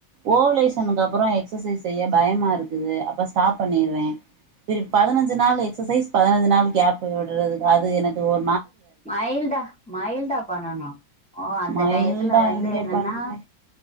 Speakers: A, on the right (about 80°); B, in the centre.
A: ஓவலேஷனுக்கு அப்பறோ எக்சசைஸ் செய்ய பயமா இருக்குது அப்ப ச ஸ்டாப் பண்ணிர்றே திருப்பி பதினஞ்சு நாள் எக்ஸசைஸ் பதினஞ்சு நாள் கேப் விடுறது அது எனக்கு ஒ
B: மைல்டா மைல்டா பண்ணணு ஓ அந்த
A: மைல்டா
B: டயத்துல வந்து
A: எங்க
B: என்னன்னா
A: பண்றே